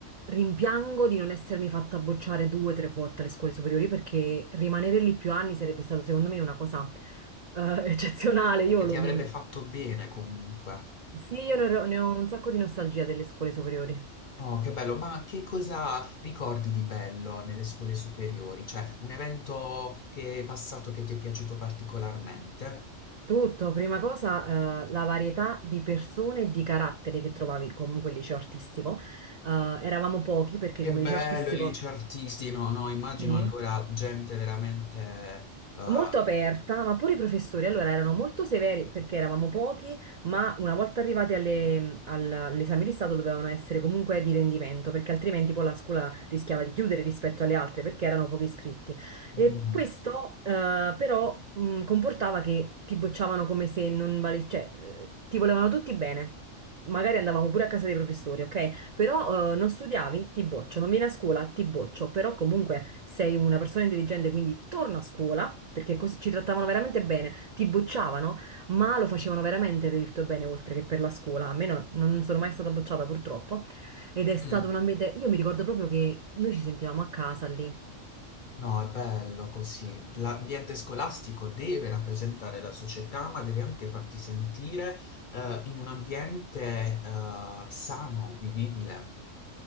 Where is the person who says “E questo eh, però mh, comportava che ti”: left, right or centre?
Right